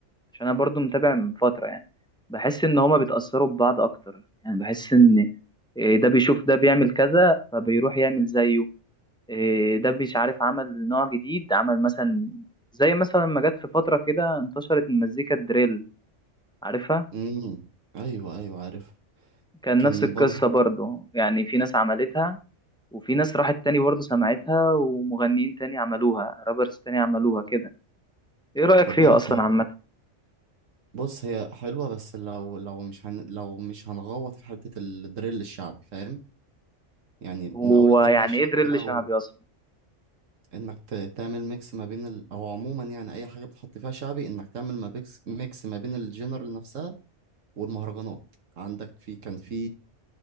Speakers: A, in the centre; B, on the right (about 80°).
A: عشان انا برضو متابع من فترة يعني بحس ان هما بيتأثروا ببعض اكتر يعني بحس ان إيه، ده بيشوف ده بيعمل كذا فبيروح يعمل زيه إيه، ده مش عارف عمل نوع جديد عمل مثلا زي مثلا ما جت في فترة كده انتشرت المزيكا الدريل عارفها
B: امم ايوه ايوه عارفها
A: كان
B: كان
A: نفس القصة
B: برضو
A: برضو يعني في ناس عملتها وفي ناس راحت تاني برضو سمعتها ومغنيين تاني عملوها رابرز تاني عملوها كده ايه رأيك
B: خد
A: فيها
B: بالك
A: اصلا
B: هي
A: عامة
B: بص هي حلوة بس لو لو مش هن لو مش هنغوط في حتة الدريل الشعبي فاهم يعني
A: هو
B: من اول الدريل
A: يعني
B: الشعبي
A: ايه دريل
B: بقى
A: شعبي اصلا
B: وانك ت- تعمل ميكس ما بين ال... او عموما يعني اي حاجة بتحط فيها شعبي انك تعمل ما بيكس... ميكس ما بين الجنرال نفسها والمهرجانات عندك في كان في